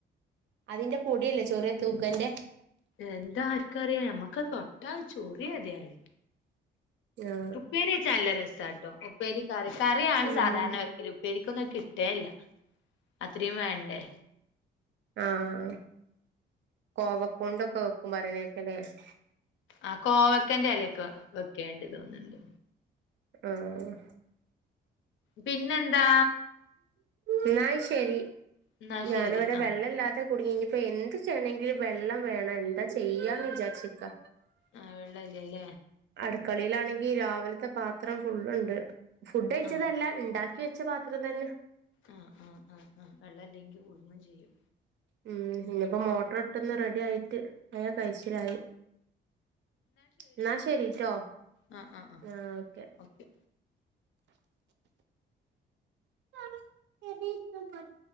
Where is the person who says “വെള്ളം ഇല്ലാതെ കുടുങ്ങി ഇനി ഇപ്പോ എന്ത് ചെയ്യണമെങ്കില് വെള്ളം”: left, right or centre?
Right